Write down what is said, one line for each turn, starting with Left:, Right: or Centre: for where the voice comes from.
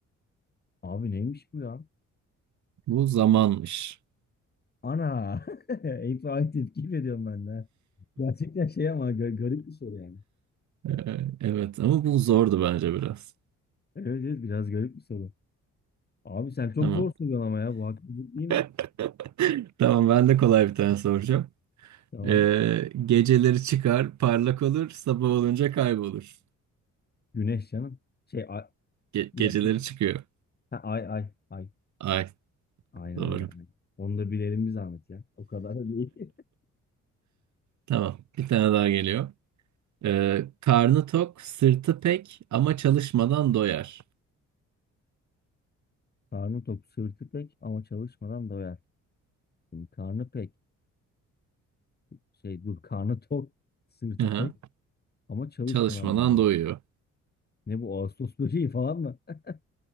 Left: Abi neymiş bu ya?
Right: Bu zamanmış.
Left: Ana! <laughs> Hep aynı tepki veriyorum ben de. ha. Gerçekten şey ama ga- garip bir soru yani.
Right: Ee, evet ama bu zordu bence biraz.
Left: Evet evet biraz garip bir soru. Abi sen çok
Right: Tamam.
Left: zor soruyorsun ama ya bu haksızlık değil
Right: <laughs>
Left: mi?
Right: Tamam ben de kolay bir tane soracağım.
Left: Tamam.
Right: Ee, geceleri çıkar, parlak olur, sabah olunca kaybolur.
Left: Güneş canım. Şey ay,
Right: Ge-
Left: bir
Right: geceleri
Left: dakika.
Right: çıkıyor.
Left: Ha, ay ay ay.
Right: Ay,
Left: Aynen
Right: doğru.
Left: öyle. aynen. Onu da bilelim bir zahmet ya. O kadar da değil. <laughs>
Right: Tamam, bir tane daha geliyor. Ee, karnı tok, sırtı pek ama çalışmadan doyar.
Left: Karnı tok sırtı pek ama çalışmadan doyar. Şimdi karnı pek. Şey dur karnı tok sırtı
Right: Aha,
Left: pek ama çalışmadan
Right: çalışmadan
Left: doyar.
Right: doyuyor.
Left: Ne bu Ağustos böceği falan mı? <laughs>